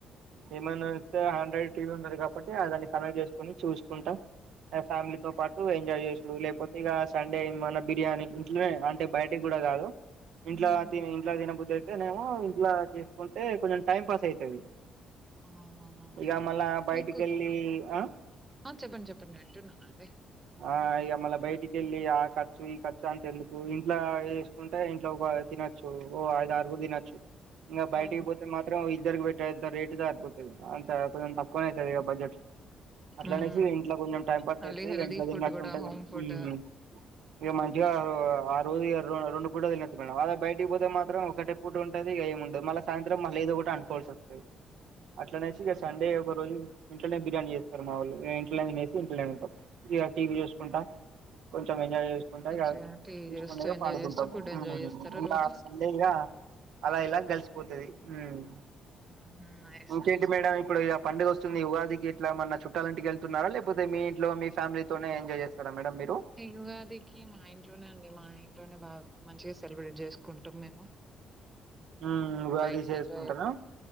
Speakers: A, on the right; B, on the right.
A: ఏమైనొస్తే ఆండ్రాయిడ్ టీవీ ఉన్నాది కాబట్టి అ దానికి కనెక్ట్ చేసుకొని చూసుకుంటా ఫ్యామిలీతో పాటు ఎంజాయ్ చేసుడు లేకపోతే ఇక సండే ఏమన్నా బిర్యానీ ఇంట్లోనే అంటే బయట కూడా కాదు ఇంట్లా
B: ఉమ్
A: తిన తినబుద్ధి అయితేనేమో ఇట్లా చేసుకుంటే కొంచెం టైం పాస్ అయితది
B: అవునవునండి
A: ఇగా మళ్ళా బయటికిళ్ళ
B: మీకు
A: ఆ
B: ఆ చెప్పండి చెప్పండి వింటున్నానండి
A: ఆ ఇగ మల్ల బయట ఇకెళ్ళి ఆ ఖర్చు ఈ ఖర్చు అంత ఎందుకు ఇంట్లో చేసుకుంటే ఇంట్లో తినొచ్చు ఓ ఐదు గురు తినొచ్చు ఇంకా బయటికి
B: ఆ
A: పోతే మాత్రం ఇద్దరికి పెట్టేంత రేటుగా అంత కొంచెం తక్కువనే అయితడిగా బడ్జెట్ అట్లా
B: ఉమ్
A: అనేసి ఇంట్లో కొంచెం టైం పాస్
B: మళ్ళీ
A: చేస్
B: హెల్దీ
A: ఇగ ఇంట్లో
B: ఫుడ్
A: తిన్నట్టుంటా
B: కూడా హోమ్
A: హ్మ
B: ఫుడ్
A: ఇక మంచిగా ఆ రోజు <unintelligible> రెండు ఇప్పుడో తినచ్చు మేడం అదే బయటికి పోతే మాత్రం ఒకటె పూట ఉంటది ఏముండదు మళ్ళ సాయంత్రం మళ్ళ ఏదోటి అనుకోవాల్సి వస్తుంది
B: హ్మ్.
A: అట్లానేచ్చి ఇక సండే ఒక రోజు ఇంట్లోనే బిర్యానీ చేస్ ర్ మా వాళ్ళు ఇంట్లో తినేసి ఇంట్లోనే ఉంటాం ఇక టీవీ చూసుకుంటా కొంచెం ఎంజాయ్ చేసుకుంటా
B: మంచిగా
A: ఇగ
B: టీ
A: తీసుకునేగా
B: చేస్తూ ఎంజాయ్
A: పాడుకుంటాం
B: చేస్తూ ఫుడ్ ఎంజాయ్ చేస్తారా
A: ఇంకా
B: రోజు
A: సండేగా అలా ఇలా గడిస్ పోతది హ్మ్
B: హుహు. నైస్
A: ఇంకేంటి
B: నైస్
A: మేడం ఇప్పుడు ఇగ పండుగ వస్తుంది ఉగాదికి ఎట్లా మన్నా చుట్టాలీటికి వెళ్తున్నారా లేపోతే మీ ఇంట్లో మీ ఫ్యామిలీతోోనే ఎంజాయ్ చేస్తారా మేడం మీరు
B: ఈ ఉగాదికి మా ఇంట్లోనే అండి మా ఇంట్లోనే బాగా మంచిగా సెలబ్రేట్ చేసుకుంటాం మేము
A: హ్మ ఉగాది
B: బయటికి
A: చేసుకుంటరా
B: ఎటు వెళ్ళు